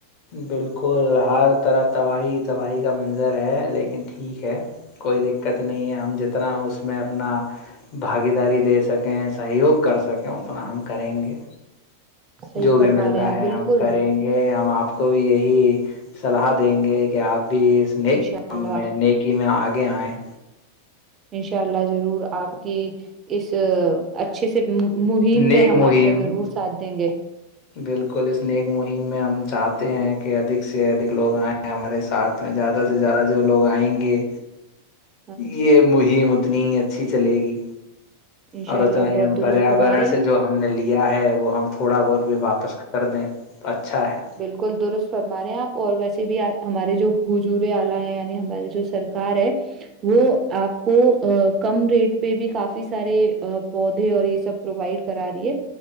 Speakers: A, on the left (about 40°); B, on the right (about 25°).
A: بالکل ہر طرف تباہی تباہی کا منظر ہے لیکن ٹھیک ہے کوئی دقت نہیں ہے ہم جتنا اس میں اپنا بھاگییداری دے سکیں سہیوگ کر سکیں اتنا ہم کریں گے
B: صحیح
A: جو
B: فرما
A: بھی ملتا
B: رہے ہیں آپ
A: ہے
B: بالکل
A: ہم کریں ہم آپ کو بھی یہی سلاح دیں گے کہ آپ بھی اس نیک
B: انشاء
A: کام
B: اللہ
A: میں نیک کہ میں آگے آئیں
B: انشاء اللہ ضرور آپ کی اس اچھے سے مہم
A: نیک
B: میں ہم آپ
A: مہم
B: کا ضرور ساتھ دیں گے
A: بالکل اس نیک مہم میں ہم چاہتے ہیں کہ ادک سے ادھک لوگ آئ ہمارے ساتھ میں زیادہ سے زیادہ جو لوگ آئیں گے
B: <inaudible>
A: یہ مہم اتنی ہی اچھی چلے گی
B: انشاء
A: اور
B: اللہ
A: اتنا ہی
B: بہت
A: ہم
B: درست
A: پریاورن
B: فرما رہے ہیں
A: سے جو ہم نے لیا ہے وہ ہم تھوڑا بہت بھی واپس کر دیں تو اچھا ہے
B: بالکل درست فرما رہے ہیں آپ اور ویسے بھی ہمارے جو حجورے آلہ ہے یعنی ہماری جو سرکار ہے وہ آپ کو کم ریٹ پہ بھی کافی سارے پودے اور یہ سب پرووائڈ کرا رہی ہے